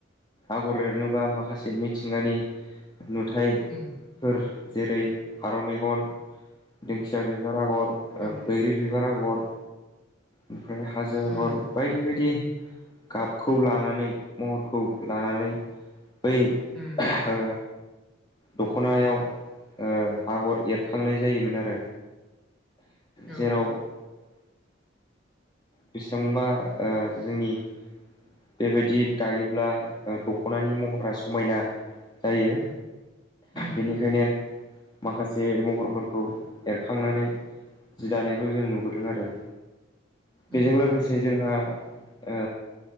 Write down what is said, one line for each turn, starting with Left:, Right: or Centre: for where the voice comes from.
Left: आगर एरनोबा माखासे मिथिंगानि नुथाय
Centre: उम
Left: फोर जेरै फारौ मेगन दिंखिया बिबार आगर
Centre: औ
Left: बैग्रि बिबार आगर ओमफ्राय हाजो आगर
Centre: उम
Left: बायदि बायदि गाबखौ लानानै महरखौ लानानै बै ओ
Centre: उम
Left: दख'नायाव ओ आगर एरखांनाय जायोमोन आरो
Centre: औ
Left: जेराव
Centre: औ
Left: ओ बेसेबांबा ओ जोंनि बेबायदि दायोब्ला दख'नानि महरा समायना जायो
Centre: उम
Left: बेनिखायनो माखासे जे महरफोरखौ एरखांनानै जि दानायखौ जों नुबोदों आरो
Centre: उम
Left: बेजों लोगोसे जोंहा ओ